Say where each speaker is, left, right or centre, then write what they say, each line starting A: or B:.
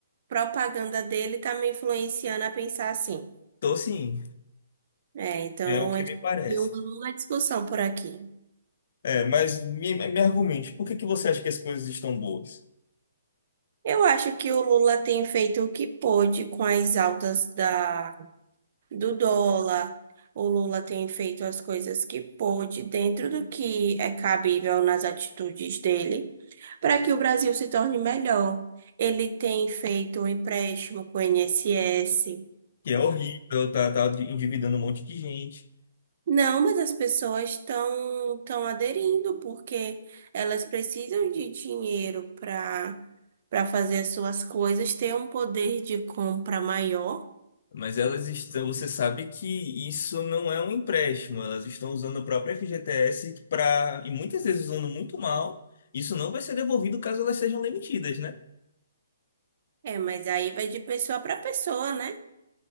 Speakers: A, on the right; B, on the left.
A: propaganda dele tá me influenciando a pensar assim.
B: Então, assim,
A: É, então
B: é o que
A: a gente
B: me parece.
A: tem uma longa discussão por aqui.
B: É, mas me, me argumente, por que que você acha que as coisas estão boas?
A: Eu acho que o Lula tem feito o que pôde com as altas da, do dólar. O Lula tem feito as coisas que pôde dentro do que é cabível nas atitudes dele para que o Brasil se torne melhor. Ele tem feito um empréstimo com o INSS.
B: Que é horrível, tá, tá endividando um monte de gente.
A: Não, mas as pessoas estão estão aderindo porque elas precisam de dinheiro para para fazer as suas coisas, ter um poder de compra maior.
B: Mas elas estão, você sabe que isso não é um empréstimo, elas estão usando a própria FGTS para, e muitas vezes usando muito mal, isso não vai ser devolvido caso elas sejam demitidas, né?
A: É, mas aí vai de pessoa para pessoa, né?